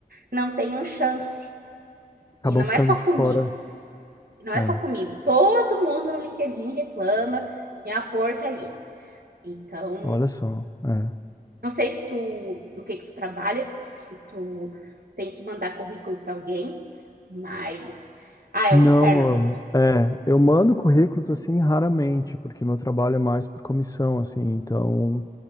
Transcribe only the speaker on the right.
não tenham chance.
E não
é só
comigo, não
é só comigo. Todo mundo no LinkedIn reclama e é uma porcaria. Então,
não sei se tu, no que que tu trabalha, se tu tem que mandar currículo para alguém, mas ah, é
um inferno. Agora.